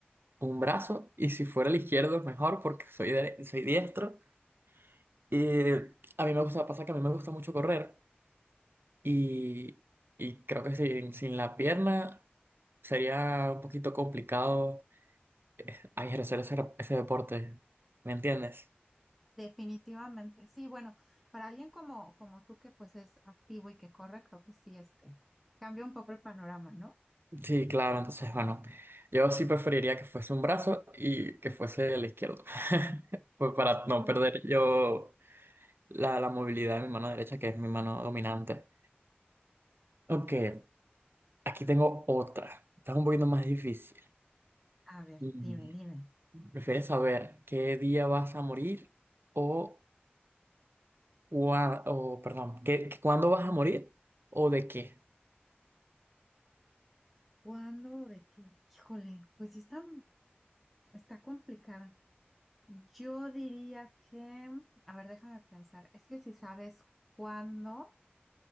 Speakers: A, on the right; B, in the centre.
A: un brazo y si fuera el izquierdo mejor porque soy, dere- soy diestro. Y a mí me gusta, pasa que a mí me gusta mucho correr y, y creo que sin, sin la pierna sería un poquito complicado eh, ay, ejercer ese, ese deporte, ¿me entiendes?
B: Definitivamente, sí, bueno, para alguien como, como tú que pues es activo y que corre, creo que sí, este, cambia un poco el panorama, ¿no?
A: Sí, claro, entonces, bueno, yo sí preferiría que fuese un brazo y que fuese el izquierdo. <laughs> Pues para no
B: Uy,
A: perder yo la, la movilidad de mi mano derecha, que es mi mano dominante. Ok, aquí tengo otra. Está un poquito más difícil.
B: a ver,
A: Mm,
B: dime, dime,
A: ¿Prefieres saber qué día vas a morir o, cua- o perdón, qué, qué- cuándo vas a morir o de qué?
B: ¿cuándo o de qué? Híjole, pues sí está, está complicada. Yo diría que, a ver, déjame pensar, es que si sabes cuándo, o